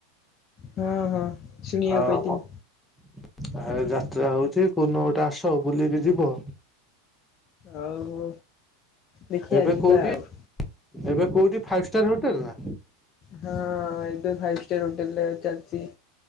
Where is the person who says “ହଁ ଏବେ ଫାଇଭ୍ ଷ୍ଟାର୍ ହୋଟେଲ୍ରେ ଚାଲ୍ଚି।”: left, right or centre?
Left